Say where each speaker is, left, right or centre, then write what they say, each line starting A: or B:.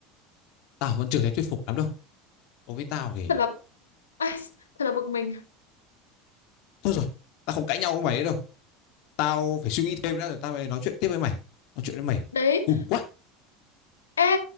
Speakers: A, on the left (about 60°); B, on the left (about 80°).
A: Tao vẫn chưa thấy thuyết phục lắm đâu. Đối với tao thì
B: thật là <laughs> ai, thật là bực mình
A: thôi rồi, tao không cãi nhau với mày nữa đâu. Tao phải suy nghĩ thêm đã rồi tao mới nói chuyện tiếp với mày. Nói chuyện với mày
B: đấy
A: cùn quá.
B: ê